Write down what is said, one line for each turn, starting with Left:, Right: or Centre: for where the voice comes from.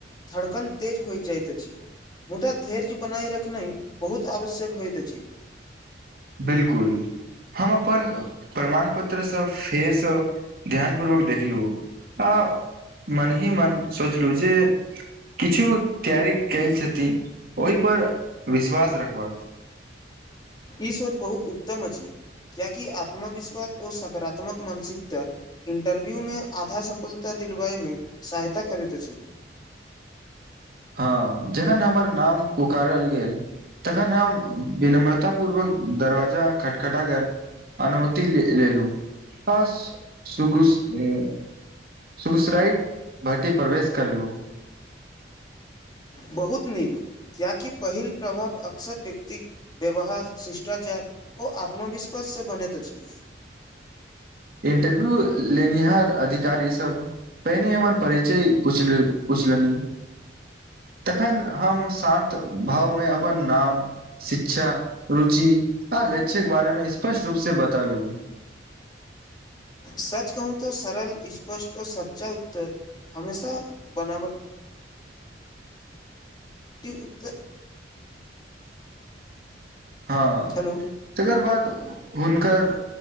Left: धड़कन तेज होइ जाइत अछि मुदा धैर्य बनाय रखनाइ बहुत आवश्यक होइत अछि
Right: बिल्कुल हम अपन प्रमाण पत्रसब फेरसँ ध्यान पूर्वक देखलु आ मन ही मन सोचलू जे किछु तैयारी कैल छति ओहि पर विश्वास रखबाक
Left: ई सोच बहुत उत्तम अछि कियेकि आत्मविश्वास ओ सकारात्मक मानसिकता इंटरव्यूमे आधा सफलता दिलबायमे सहायता करैत अछि
Right: हँ जखन हमर नाम पुकारल गेल तखन हम विनम्रता पूर्वक दरवाजा खटखटा कर अनुमति लेलू बस सुकुस ए सुगसुराइत भट्टी प्रवेश करलू
Left: बहुत नीक किएकि पहिल प्रभाव अक्सर व्यक्तिक व्यवहार शिष्टाचार ओ आत्मविश्वास से बनैत अछि
Right: इंटरव्यू लेनीहार अधिकारी सब पहिने हमर परिचय पुछलनि तखन हम शान्त भावमे अपन नाम शिक्षा रुचि आ लक्ष्य के बारेमे स्पष्ट रूप से बतालू
Left: सच कहू तो सरल स्पष्ट ओ सच्चा उत्तर हमेशा बनाबट ई उत्तर
Right: हँ
Left: हेलो
Right: तेकर बाद हुनकर